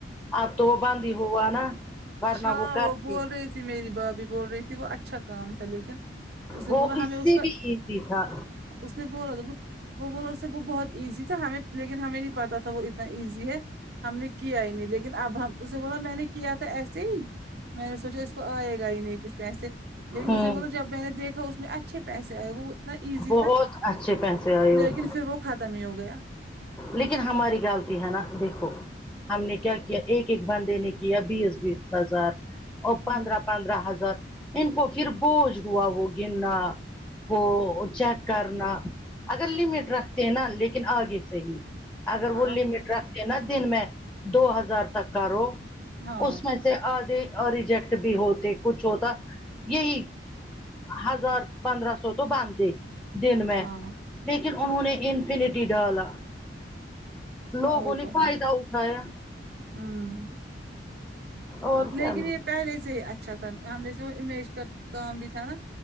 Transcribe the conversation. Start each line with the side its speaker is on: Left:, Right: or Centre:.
Centre: اب تو وہ باندی ہوا نا ورنہ
Right: ہاں
Centre: وہ کر
Right: بول
Centre: تی
Right: رہی میری بھابھی بول رہی تھی وہ اچھا کام تھا لیکن اس نے
Centre: وہ
Right: بولا ہمیں اس
Centre: سے
Right: کا
Centre: بھی ایزی تھا
Right: اس نے بولا تو وہ بولو اس سے وہ بہت ایزی تھا ہمیں لیکن ہمیں نہیں پتا تھا وہ اتنا ایزی ہے ہم نے کیا ہی نہیں لیکن اب ہم اسے بولا میں نے کیا تھا ایسے ہی میں نے سوچا اس کو آئے گا ہی نہیں کچھ پیسے لیکن
Centre: ہوں
Right: اسے بولا جب میں نے دیکھا اس میں اچھے پیسے آئے وہ اتنا ایزی
Centre: بہت
Right: تھا
Centre: اچھے پیسے آئے اس
Right: لیکن پھر وہ ختم ہی ہو گیا
Centre: لیکن ہماری گالتی ہے ناں دیکھو ہم نے کیا کیا ایک ایک بندے نے کیا بیس بیس ہزار اور
Right: ہوں
Centre: پندرہ پندرہ ہزار ان کو پھر بوجھ ہوا وہ گننا وہ چیک کرنا اگر لمٹ رکھتے ہیں ناں لیکن آگے سے ہی اگر
Right: ہاں
Centre: وہ لمٹ
Right: سچ
Centre: رکھتے ناں دن میں دو ہزار تک کا رو
Right: ہاں
Centre: اس میں سے آگے ریجیکٹ بھی ہوتے کچھ ہوتا یہی ہزار پندرہ سو تو باندھتے دن میں
Right: ہاں
Centre: لیکن انہوں نے انفینٹی ڈالا لوگوں
Right: ہاں وہ
Centre: نے
Right: تو
Centre: فائدہ
Right: ہے
Centre: اٹھایا
Right: ہوں
Centre: اور کیا
Right: لیکن یہ پہلے سے ہی اچھا تھا ہم نے سے وہ امیج کا کام بھی تھا ناں